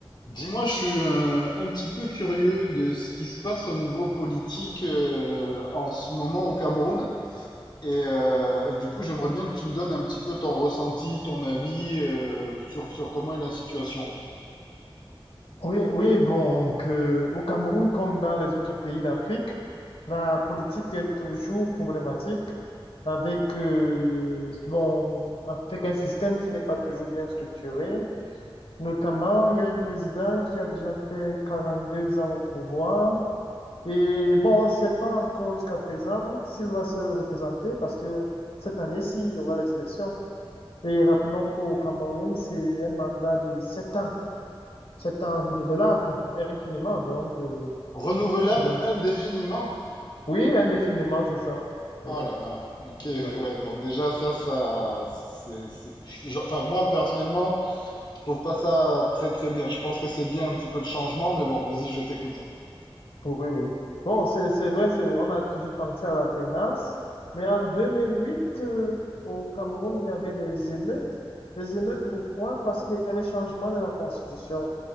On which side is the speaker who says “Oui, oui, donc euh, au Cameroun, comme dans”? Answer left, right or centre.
Left